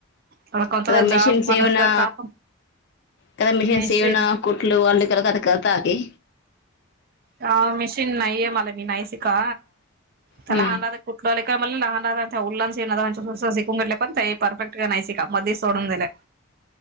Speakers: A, on the right; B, on the left.
A: आता कोणता
B: <unintelligible> मशीन
A: जॉब
B: सव
A: मला
B: ना
A: करता आपण
B: ते मशीन
A: मेसेज
B: सवू ना <unintelligible> कुठल वालेकरला <unintelligible> ताकी
A: ह मशीन नाहीये मला मी नाही शीका, त्या
B: हम्म
A: लहान- कुठलंय मला लहान लहानं शिकून <unintelligible> घेतले पण ते परफेक्ट नाही शिका. मध्ये सोडून दिले.